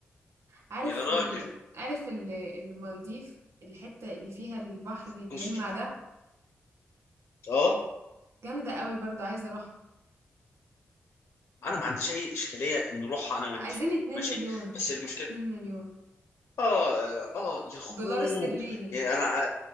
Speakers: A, on the right; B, on the left.
A: عارف
B: يا راجل
A: ال... عارف ال... المالديف الحتة اللي فيها البحر
B: <laughs>
A: اللي بيلمع
B: أجل.
A: ده
B: اه
A: جامدة قوي برضو عايزة اروحها
B: انا ما عنديش اي اشكاليه نروحها انا وانت
A: عايزين 2
B: ماشي
A: مليون
B: بس المشكله
A: 2 مليون
B: اه اه يا اخوه
A: دولار استرليني
B: يعني انا ع-